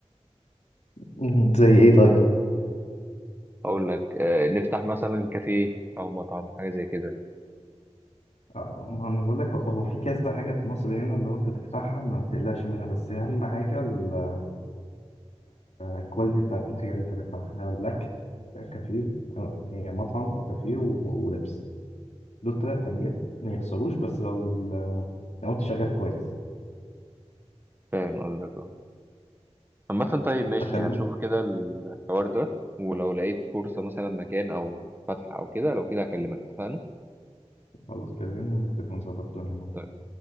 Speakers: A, on the left; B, on the right.
A: مم، زي ايه طيب
B: اقول لك آه، نفتح مثلا كافيه او مطعم حاجة زي كده
A: آه، ما انا بقول لك هو هو في كذا حاجه في مصر هنا اللي هو انت تفتحها ما تقلقش منها بس اهم حاجه ال- الكواليتي بتاعت الحاجه اللي انت تفتحها لك كافيه آه، يعني مطعم وكافيه و- ولبس دول ثلاث حاجات ما يخسروش بس لو ال- لو انت شغال كويس
B: فاهم قصدك اه عامة طيب ماشي
A: فخليني
B: هشوف كده الحوار ده ولو لقيت فرصة مثلا مكان او فتح او كده لو كده هكلمك اتفقنا
A: خلاص كلمني ونتفق ونظبط الدنيا
B: طيب.